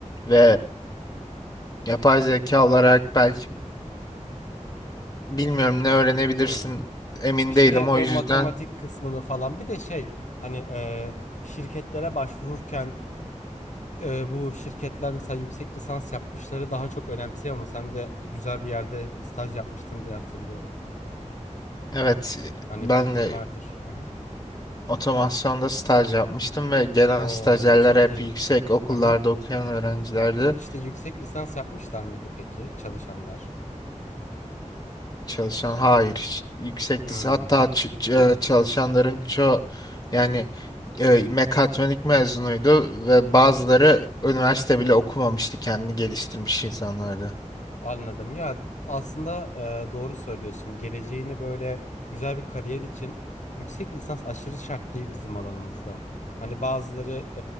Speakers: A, on the left (about 30°); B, on the left (about 70°).
A: ve
B: Hı hı.
A: e, Yapay zeka olarak belki Bilmiyorum ne öğrenebilirsin
B: Hmm.
A: emin
B: İşte
A: değilim
B: o
A: o yüzden
B: matematik kısmını falan. Bir de şey hani e, şirketlere başvururken e, bu şirketler mesela yüksek lisans yapmışları daha çok önemsiyor ama sen de güzel bir yerde staj yapmıştın diye hatırlıyorum.
A: evet
B: Hani
A: ben
B: bilgin
A: de
B: vardır. Hı hı.
A: otomasyonda staj yapmıştım ve gelen
B: Oo
A: stajyerler
B: çok
A: hep
B: iyi.
A: yüksek okullarda
B: Hı hı.
A: okuyan öğrencilerdi.
B: İşte yüksek lisans yapmışlar mıydı peki çalışanlar?
A: Çalışan hayır hiç yüksek
B: Hmm.
A: lis- hatta ç- ç- e, çalışanların çoğu yani e, mekatronik mezunuydu ve
B: Hı
A: bazıları
B: hı.
A: üniversite bile okumamıştı kendini geliştirmiş insanlardı.
B: Anladım. Ya aslında e, doğru söylüyorsun. Geleceğini böyle güzel bir kariyer için yüksek lisans aşırı şart değil bizim alanımızda. Hani bazıları